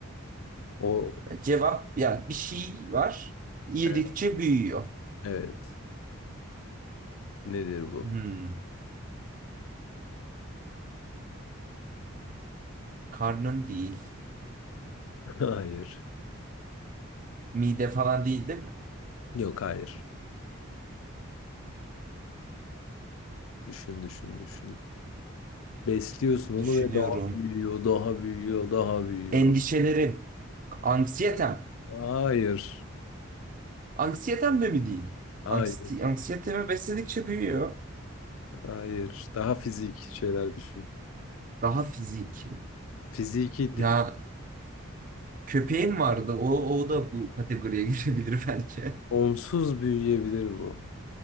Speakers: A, on the left (about 70°); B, on the right (about 40°).
A: O
B: Cevap, yani bir şey var. Yedikçe
A: e,
B: büyüyor.
A: evet. Nedir bu?
B: Hmm. Karnın değil.
A: <laughs> Hayır.
B: Mide falan değil değil mi?
A: Yok hayır. Düşün düşün düşün. Besliyorsun onu
B: Düşünüyorum.
A: ve daha büyüyor, daha büyüyor, daha büyüyor.
B: Endişelerim. Anksiyetem.
A: Hayır.
B: Anksiyetem de mi değil?
A: Hayır.
B: Anksiyete anksiyetemi besledikçe büyüyor.
A: Hayır. Daha fiziki şeyler düşün.
B: Daha fiziki.
A: Fiziki
B: Ya
A: de-
B: köpeğim vardı. O, o da bu kategoriye <laughs> girebilir bence.
A: onsuz büyüyebilir bu.